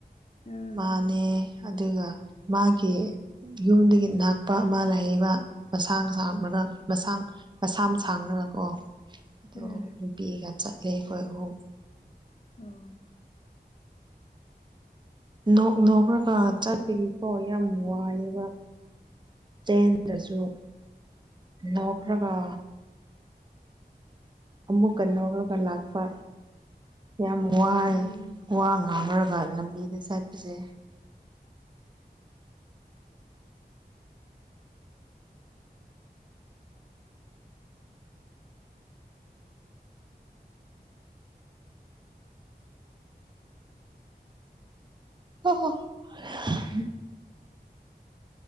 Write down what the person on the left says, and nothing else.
ꯑꯥ
ꯑꯥ
ꯑꯣ
ꯎꯝ